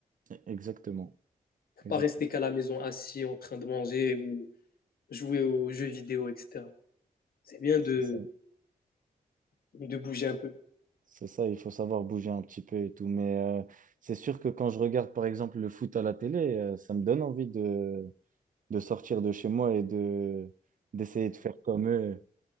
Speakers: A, on the right; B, on the left.
A: Exactement.
B: Faut
A: Exactement.
B: pas rester qu'à la maison assis en train de manger ou jouer aux jeux vidéo, etc. C'est bien de,
A: C'est ça.
B: de bouger un peu.
A: C'est ça, il faut savoir bouger un petit peu et tout. Mais euh, c'est sûr que quand je regarde, par exemple, le foot à la télé, euh, ça me donne envie de, de sortir de chez moi et de, d'essayer de faire comme eux.